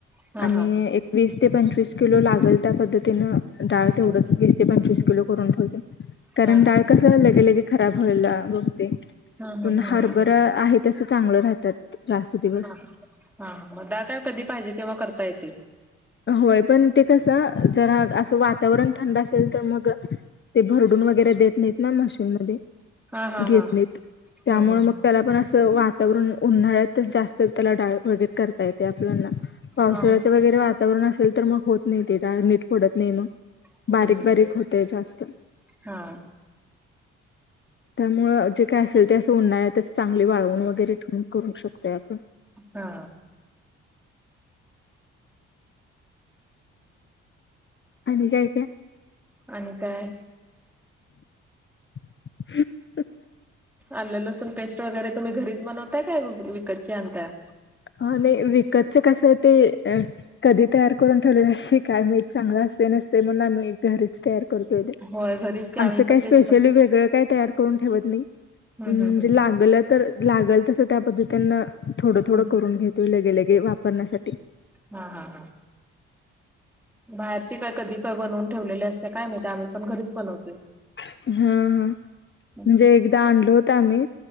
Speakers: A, in the centre; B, on the left (about 40°).
A: हा
B: आणि
A: हा
B: एकवीस ते पंचवीस किलो लागेल त्या पद्धतीनं डाळ तेवढंच
A: हा
B: वीस ते पंचवीस किलो करून ठेवते. कारण
A: ह हा हा
B: डाळकस लगेलगे खराब व्हायला बघते
A: ह
B: पण
A: ह
B: हारबर
A: ह ह ह
B: आहे तस चांगलं राहतात. जास्त दिवस
A: हा हा म दाळ काय कधी पाहिजे तेव्हा करता येते.
B: होय पण ते कसं जरा असं वातावरण थंड असेल तर मग ते भरडून वगैरे देत नाहीत ना मशीनमध्ये
A: हा हा
B: घेत
A: हा
B: नाहीत त्यामुळ
A: हम्म हम्म
B: मग त्याला पण अस त वातावरण उन्हाळ्यातच जास्त त्याला डाळ वगैरे करता येते आपल्याना पावसाळ्याचं
A: हा हा
B: वगैरे वातावरण असेल तर मग होत नाहीत. ती नीट पडत नाही मग
A: हम्म
B: बारीक बारीक होतय जास्त.
A: हा
B: त्यामुळे जे काय असेल ते असं उन्हाळयातच चांगले वाळवून वगैरे ठेवून करू शकतोय आप
A: हा
B: आणि काय काय
A: आणि काय
B: <inaudible>
A: आलं लसूण पेस्ट वगैरे तुम्ही घरीच बनवताय काय विकतची आणताय.
B: हा नाय विकतच कसं ते कधी तयार करून ठेवलेलं अस काय माहित चांगलं अस तयार ते नसतंय म्हणून आम्ही घरीचं तयार करतो ते
A: होय घरीच की आम्ही
B: अस
A: पण
B: काय स्पेशली
A: तेच करतो.
B: वेगळं काय त करून ठेवत नाही
A: हम्म
B: अ
A: हम्म
B: लागलं तर लागल तस त्या पद्धतीन थोड थोड
A: हम्म हम्म
B: करून घेतोय लगेलगे वापरण्यासाठी
A: हा हा हा बाहेरची काय कधी काय बनवून ठेवलेले असते काय माहित आम्ही पण घरीच बनवतोय.
B: हा हा म्हणजे
A: हम्म
B: एकदा आणल होत आम्ही